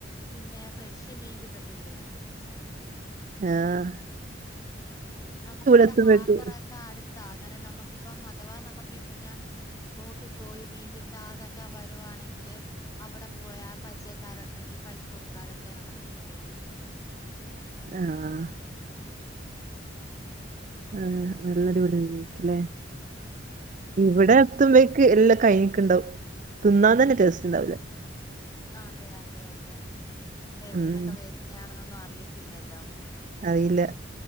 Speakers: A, on the left; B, on the right.
A: പിന്നെ ഫ്രഷ് മീൻ കിട്ടത്തില്ലേ
B: ആഹ്
A: നമക്കു ഇവിടെ
B: എത്തുമ്പോഴേക്ക്
A: ഹാർബറാക്കെ അടുത്താ അന്നേരം നമുക്കിപ്പം അഥവാ നമ്മക്കി പിന്നെ ബോട്ടിൽ പോയി മീൻ കിട്ടാതക്കെ വരുവാണെങ്കില് അവിടെ പോയാ പരിചയക്കാരുണ്ടെങ്കിൽ പൈസ കൊടുക്കാതൊക്കെ നമ്മക്ക് ഇങ്ങനെ മീൻ കിട്ടും
B: ആഹ് ആഹ് നല്ലൊടിപോളി മീന് കിട്ട്ല്ലേ ഇവിടെ എത്തുമ്പോഴേക്ക് എല്ല കയിഞ്ഞിക്കിണ്ടാവും തിന്നാൻ തന്നെ ടേസ്റ്റ് ഇണ്ടാവില്ല
A: ആഹ് അതെ അതെ അതെ അതെ എവിടുന്നൊക്കെ
B: ഉം
A: വേരുന്നാണെന്നൊന്നും അറിയത്തില്ലല്ലോ
B: അറിയില്ല